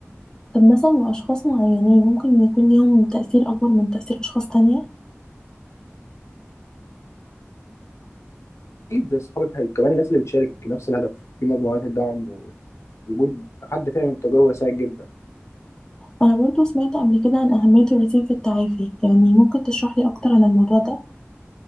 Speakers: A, on the left; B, on the left.
A: طب مثلا اشخاص معينين ممكن يكون ليهم تأثير اكبر من تأثير اشخاص تانية
B: اكيد زي اصحاب الحقيقه كمان الناس اللي بتشارك نفس الهدف في مجموعات الدعم ووجود حد فاهم التجربه يساعد جدا
A: أنا برضو سمعت قبل كده عن أهمية الروتين في التعافي يعني ممكن تشرح لي أكتر عن الموضوع ده